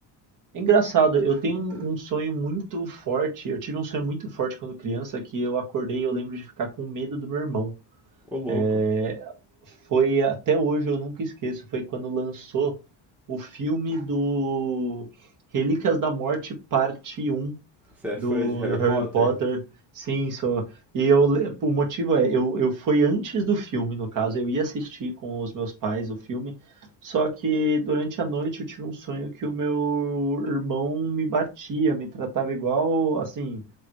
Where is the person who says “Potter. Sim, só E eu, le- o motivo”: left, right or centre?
Right